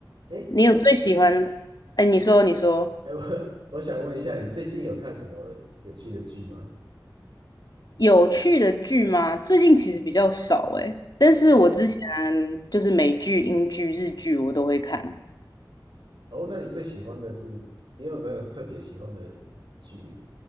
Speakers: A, on the right; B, on the left.
A: 哎，
B: 你有最喜欢？
A: 亲，
B: 哎，你说，你说
A: 哎，我 <laughs> 我想问一下，你最近有看什么有趣的剧吗？
B: 有趣的剧吗？最近其实比较少哎，但是我之前
A: 哎，
B: 就是美剧、英剧、日剧我都会看。
A: 哦，那你最喜欢的是，你有没有特别喜欢的剧？